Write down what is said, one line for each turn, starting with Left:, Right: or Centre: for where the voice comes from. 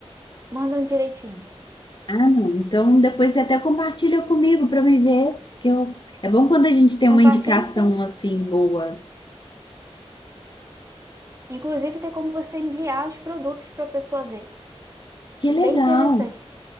Right: mandam direitinho.
Left: Ah, não. Então depois você até compartilha comigo para me ver, que eu... é bom quando a gente tem
Right: Compartilho
Left: uma indicação
Right: sim.
Left: assim boa.
Right: Inclusive tem como você enviar os produtos para a pessoa ver.
Left: Que legal.
Right: Bem interessante.